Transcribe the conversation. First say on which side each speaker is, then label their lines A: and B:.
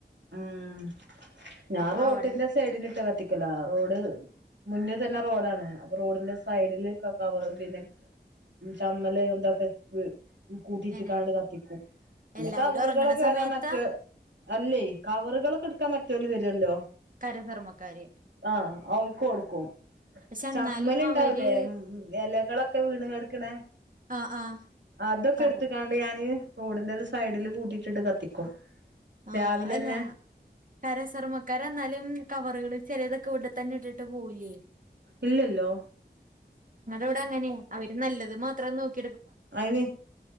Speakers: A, on the right; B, on the right.
A: ഉം ഞാൻ
B: അപ്പൊ
A: റോട്ടിന്റെ
B: അവിടെ
A: സൈഡിലിട്ട് കത്തിക്കല റോഡ്- മുന്നേ തന്നെ റോഡാണ് അപ്പൊ റോഡിന്റെ സൈഡില് കവ <inaudible> പിന്നെ ചമ്മല് <unintelligible> ഇതൊക്കെ കൂട്ടിട്ടാണ്ട്
B: ഇങ്ങനെ
A: കത്തിക്കും പിന്നെ
B: എല്ലാവരും
A: കവറുകളൊക്കെ
B: ഉറങ്ങണ സമയത്താ
A: മറ്റു അല്ലേ- കവറുകളൊക്കെടുക്കാൻ മറ്റോര് വരുവല്ലോ
B: കരകർമ്മക്കാര്
A: ആഹ് ഔൾക്ക് കൊടുക്കും
B: പക്ഷെ എന്നാലും
A: ചമ്മല് ഇണ്ടാവൂലേ
B: അവര്
A: മ് മ് ഇലകളൊക്കെ വീണ് കെടുക്കണെ
B: ആഹ് ആഹ്
A: അ-തൊക്കെ
B: ചവറ്
A: എടുത്ത്കാണ്ട് ഞാന് റോഡിന്റെ ഒരു സൈഡില് കൂട്ടിട്ടിട്ട് കത്തിക്കും-
B: ആഹ്
A: രാവിലെന്നെ
B: അല്ല ഹരിതകർമ്മസേനക്കാര് എന്നാലും കവറുകൾ ചെല- അതൊക്കെ ഇവിടെത്തന്നെ ഇട്ടിട്ട് പോവുല്ല്യേ
A: ഇല്ലല്ലോ
B: വിടെ അങ്ങനെയ അവര് നല്ലത് മാത്രം നോക്കി-
A: അയിന്